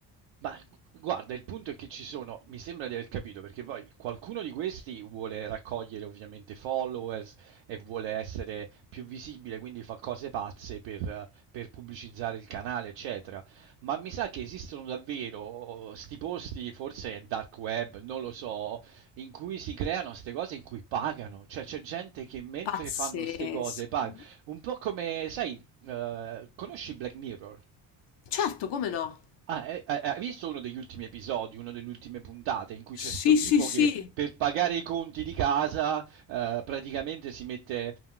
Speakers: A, on the right (about 80°); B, on the left (about 65°).
A: Ma guarda, il punto è che ci sono, mi sembra di aver capito, perché poi qualcuno di questi vuole raccogliere ovviamente followers e vuole essere più visibile, quindi fa cose pazze per, per pubblicizzare il canale, eccetera. Ma mi sa che esistono davvero oh, sti posti, forse in dark web, non lo so, in cui si creano ste cose in cui pagano. Cioè c'è gente che mentre
B: Pazzesco.
A: fanno ste cose paga. Un po' come, sai, eh, conosci Black Mirror?
B: Certo, come no?
A: Ah, eh, eh, eh, hai visto uno degli ultimi episodi, una delle ultime puntate, in cui
B: Sì,
A: c'è sto tipo
B: sì, sì,
A: che per pagare i conti di casa, eh, praticamente si mette,